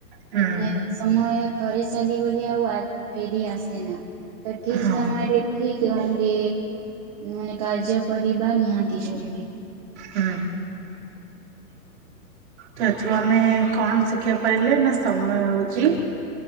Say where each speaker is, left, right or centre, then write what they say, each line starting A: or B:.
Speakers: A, on the right; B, on the right.
A: ହୁଁ
B: ମାନେ ସମୟ ଥରେ ଚାଲିଗଲେ ଆଉ ଆ ଫେରି ଆସେନା। ତ ଠିକ
A: ହଁ
B: ସମୟରେ ଠିକଣ୍ଡେ ମାନେ କାର୍ଯ୍ୟ କରିବା ନିହାତି ଜରୁ ଆଜ୍ଞା।
A: ହୁଁ ତ ଏଥିରୁ ଆମେ କଣ ଶିଖିବା ପାଇଲେ ନା ସମୟ ହଉଛି